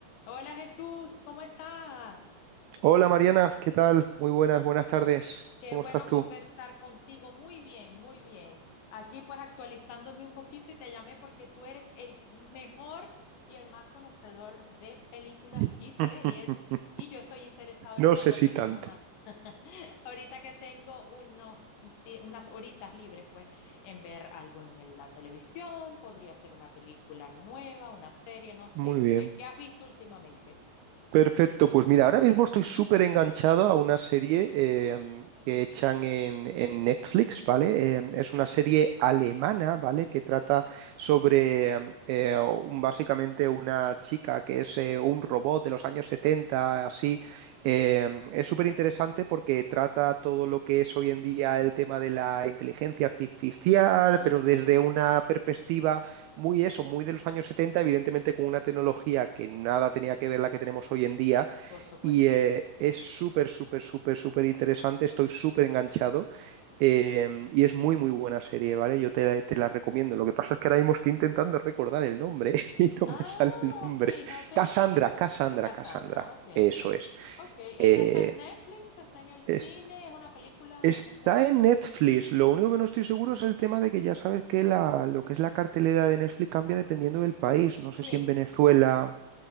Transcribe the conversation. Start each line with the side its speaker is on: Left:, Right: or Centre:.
Left: Hola Jesús, ¿cómo estás?
Right: Hola Mariana, ¿qué tal? Muy buenas, buenas tardes.
Left: Qué
Right: ¿Cómo
Left: bueno
Right: estás tú?
Left: conversar contigo. Muy bien, muy bien. Aquí pues actualizándome un poquito y te llamé porque tú eres el mejor y el más conocedor de películas
Right: <laughs>
Left: y series. Y yo estoy interesada ahorita
Right: No sé
Left: pues
Right: si
Left: que
Right: tanto.
Left: tengo unas, <laughs> ahorita que tengo unos, ti- unas horitas libres pues en ver algo en el- la televisión, podría ser una película nueva, una serie, no sé.
Right: Muy bien.
Left: ¿Qué, qué has visto últimamente?
Right: Perfecto, pues mira, ahora mismo estoy súper enganchado a una serie eh, mm, que echan en, en Netflix, ¿vale? Eh, es una serie alemana, ¿vale? Que trata sobre mm, eh, un- básicamente una chica que es eh, un robot de los años 70, así. Eh, es súper interesante porque trata todo lo que es hoy en día el tema de la inteligencia artificial,
Left: Ujú,
Right: pero desde una perspectiva muy eso, muy de los años setenta evidentemente con una tecnología que nada tenía que ver la que tenemos hoy en día.
Left: por supuesto.
Right: Y eh, es súper, súper, súper, súper interesante. Estoy súper enganchado. eh, y es muy, muy buena serie, ¿vale? Yo te, te la recomiendo. Lo que pasa es que ahora mismo estoy intentando recordar el nombre <laughs> y no
Left: Ah,
Right: me sale el nombre.
Left: fíjate,
Right: Cassandra, Cassandra,
Left: Cassandra,
Right: Cassandra.
Left: ok.
Right: Eso es.
Left: Ok, ¿esa
Right: Eh,
Left: está en Netflix? ¿Está en el cine?
Right: es
Left: ¿Es una película?
Right: Está
Left: ¿Es una serie?
Right: en Netflix. Lo único que no estoy seguro es el tema de que ya sabes que la, lo que es la cartelera de Netflix cambia dependiendo del país. No
Left: Sí,
Right: sé si en Venezuela